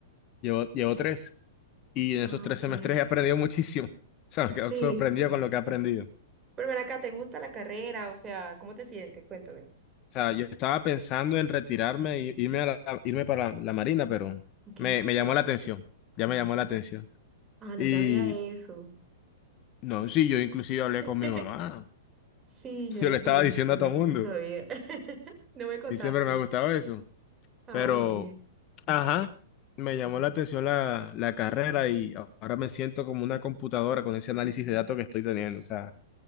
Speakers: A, on the left; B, on the right.
A: Llevo, llevo tres Y en
B: Ah,
A: esos tres
B: ok.
A: semestres he aprendido muchísimo. O sea, me
B: Sí.
A: quedo sorprendido con lo que he aprendido. O
B: Pero ven acá, ¿te gusta la carrera? O sea, ¿cómo te sientes? Cuéntame.
A: sea, yo estaba pensando en retirarme y irme, a la- irme para la Marina, pero
B: Ok.
A: me, me llamó la atención. Ya me llamó la atención.
B: Ah, no
A: Y
B: sabía eso.
A: no, sí, yo inclusive hablé
B: <laughs>
A: con mi mamá.
B: Sí, yo
A: Yo
B: no
A: le
B: sabía,
A: estaba diciendo
B: <laughs> no,
A: a todo el mundo.
B: no sabía. <laughs> No me contaste.
A: Y siempre me ha gustado eso.
B: Ah,
A: Pero,
B: ok.
A: ajá, me llamó la atención la, la carrera y ahora me siento como una computadora con ese análisis de datos que estoy teniendo. O sea,